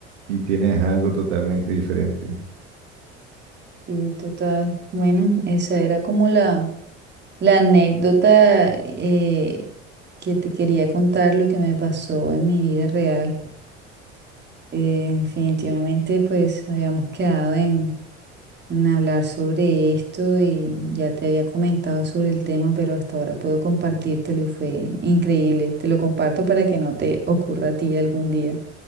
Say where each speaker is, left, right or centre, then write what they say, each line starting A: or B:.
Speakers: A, on the right; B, on the right.
A: y tienes algo totalmente diferente.
B: Y total. Bueno, esa era como la La anécdota eh, que te quería contar, lo que me pasó en mi vida real, eh, definitivamente pues habíamos quedado en, en hablar sobre esto y ya te había comentado sobre el tema, pero hasta ahora puedo compartírtelo y fue increíble. Te lo comparto para que no te ocurra a ti algún día.